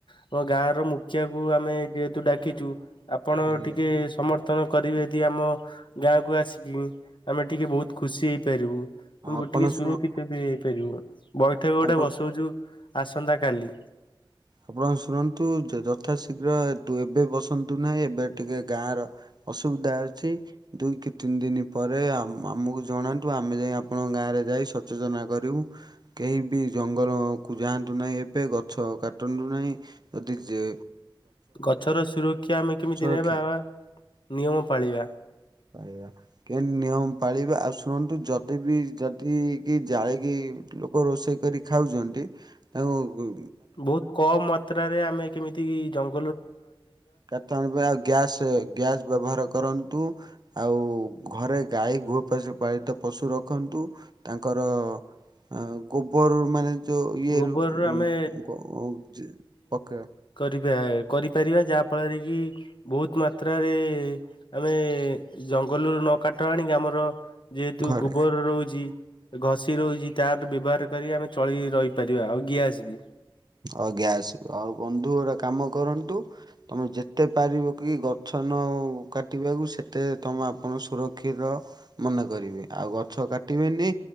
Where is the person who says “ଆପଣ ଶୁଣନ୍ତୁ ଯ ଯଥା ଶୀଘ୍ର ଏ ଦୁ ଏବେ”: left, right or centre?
Right